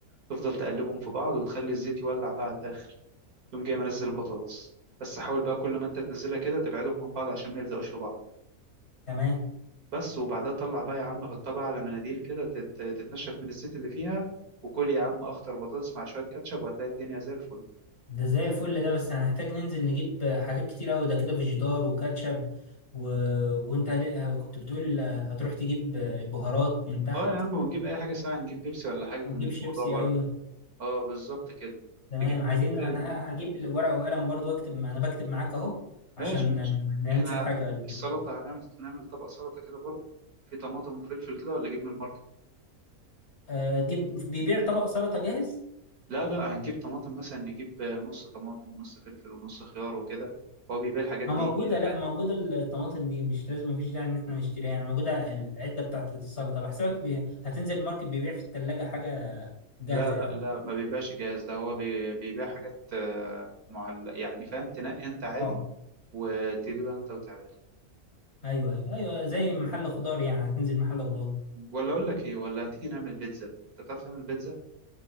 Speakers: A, on the right; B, on the left.
A: تفضل تقلبهم في بعض وتخلي الزيت يولع بقى على الاخر تقوم جاي منزل البطاطس بس حاول بقى كل ما انت تنزلها كده تبعدهم عن بعض عشان ما يلزقوش في بعض
B: تمام
A: بس وبعدها طلع بقى يا عم حطها بقى على مناديل كده تت- تتنشف من الزيت اللي فيها وكل يا عم اخطر بطاطس مع شويه كاتشب وهتلاقي الدنيا زي الفل
B: ده زي الفل ده بس هنحتاج ننزل نجيب حاجات كتير قوي ده كده فيجيتار وكاتشب و... وانت ليه- كنت بتقول هتروح تجيب بهارات من تحت
A: اه يا عم ونجيب اي حاجه ساعه نجيب بيبسي ولا حاجه جنب
B: وتجيب شيبسي
A: الموضوع
B: ايوه
A: برضه اه بالظبط كده
B: تمام
A: نجيب
B: عايزين
A: شويه
B: انا ه- هجيب ورقة وقلم برضو اكتب انا بكتب معاك اهو عشان
A: ماشي ماشي
B: لا
A: احنا
B: ننسى حاجة ولا
A: السلطه
B: حاجة
A: هنعمل نعمل طبق سلطه كده برضه في طماطم وفلفل كده ولا اجيب من الماركت
B: أه، تجيب بيبيع طبق سلطة جاهز
A: لا لا هنجيب طماطم مثلا نجيب نص طماطم ونص فلفل ونص خيار وكده فهو بيبيع الحاجات
B: ما
A: دي
B: موجودة لا
A: يعني.
B: موجودة الطماطم دي مش لازم مفيش داعي ان احنا نشتريها يعني موجودة العدة بتاعت السلطة بحسبك بي... هتنزل الماركت بيبيع في التلاجة حاجة جاهزة
A: لا لا
B: يعني
A: لا ما بيبقاش جاهز لا هو بي- بيبيع حاجات آه، معلقة يعني فاهم تنقي انت عادي
B: اه
A: وتجيبها انت وتعملها
B: ايوه ايوه ايوه زي محل خضار يعني هتنزل محل خضار
A: ولا اقول لك ايه ولا تيجي نعمل بيتزا انت بتعرف تعمل بيتزا